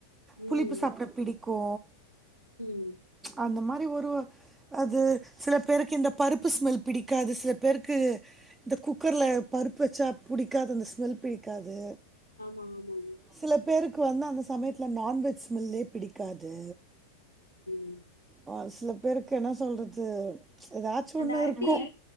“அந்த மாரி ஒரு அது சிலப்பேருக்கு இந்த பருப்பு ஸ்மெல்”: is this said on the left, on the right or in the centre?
Right